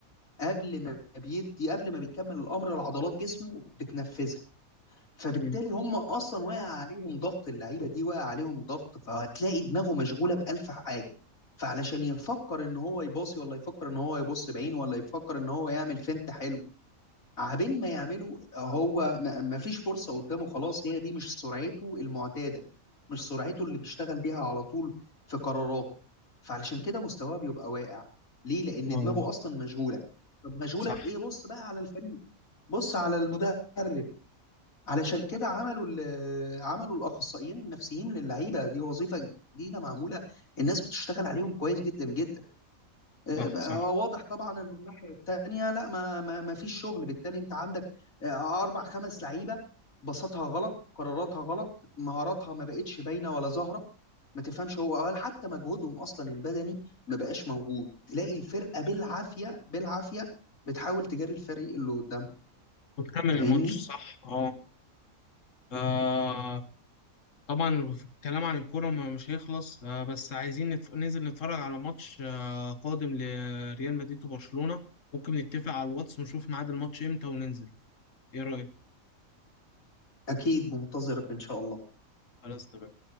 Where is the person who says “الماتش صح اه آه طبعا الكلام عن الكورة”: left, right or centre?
Left